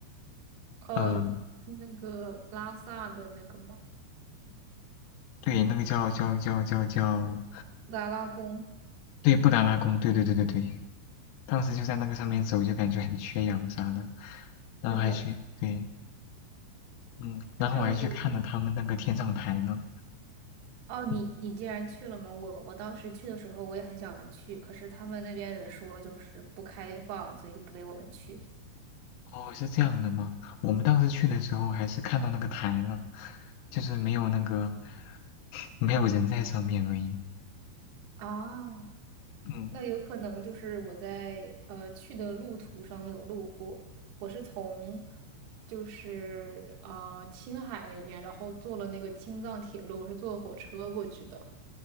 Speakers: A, on the right (about 65°); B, on the left (about 80°).
A: 呃，
B: 嗯、
A: 那个拉萨的那个吗？
B: 对，那个叫叫叫叫叫。
A: 达拉宫。
B: 对，布达拉宫，对对对对对，当时就在那个上面走，就感觉很缺氧啥的，然后还去，
A: 是的，
B: 对，嗯，然后我还去看了他们那个天葬台呢。
A: 反正我，哦，你你既然去了嘛，
B: 嗯
A: 我我当时去的时候我也很想去，可是他们那边人说就是不开放，所以就不给我们去。
B: 哦，是这样的吗？我们当时去的时候还是看到那个台了，就是没有那个 <sucks teeth>，<laughs> 没有人在上面而已。
A: 啊，
B: 嗯，
A: 那有可能就是我在呃去的路途上有路过，我是从就是啊呃青海那边，然后坐了那个青藏铁路，我是坐火车过去的，